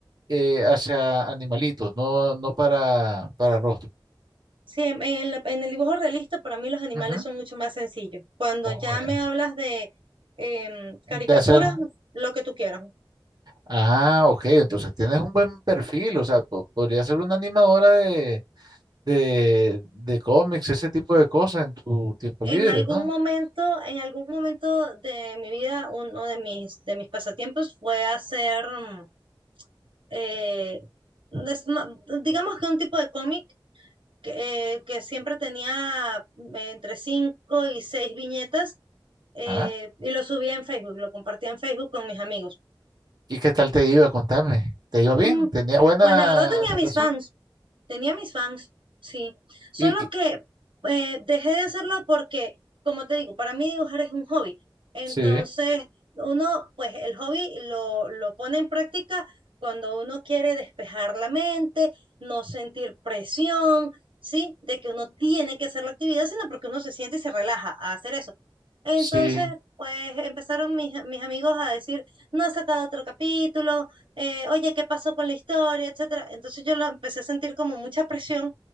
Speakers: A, on the right (about 50°); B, on the right (about 75°).
A: eh, hacia animalitos, no, no para, para rostro.
B: Sí, en, en la- en el dibujo realista para mí los animales
A: Ujú.
B: son mucho más sencillos. Cuando
A: Oh,
B: ya
A: ya.
B: me hablas de em,
A: De
B: caricaturas,
A: hacer.
B: lo que tú quieras,
A: Ah, ok, entonces tienes un buen perfil, o sea, po- podría ser una animadora de, de, de cómics, ese tipo de cosas en tu tiempo
B: En
A: libre,
B: algún
A: ¿no?
B: momento, en algún momento de mi vida, uno de mis, de mis pasatiempos fue hacer, mm, eh, des- no, digamos que un tipo de cómic eh, que siempre tenía mm, entre cinco y seis viñetas eh,
A: Ah,
B: y lo subía en Facebook, lo compartía en Facebook con mis amigos.
A: ¿y qué tal te iba? Contame. ¿Te iba bien?
B: Mm,
A: ¿Tenía buena
B: pues la verdad tenía
A: aceptación?
B: mis fans. Tenía mis fans, sí. Solo
A: Y, y-
B: que eh, dejé de hacerlo porque, como te digo, para mí dibujar es un hobby. Entonces,
A: sí,
B: uno, pues el hobby lo, lo pone en práctica cuando uno quiere despejar la mente, no sentir presión, ¿sí? De que uno tiene que hacer la actividad, sino porque uno se siente y se relaja a hacer eso. Entonces,
A: sí,
B: pues empezaron mis, mis amigos a decir, no has sacado otro capítulo, eh, oye, ¿qué pasó con la historia? etcétera. Entonces yo lo empecé a sentir como mucha presión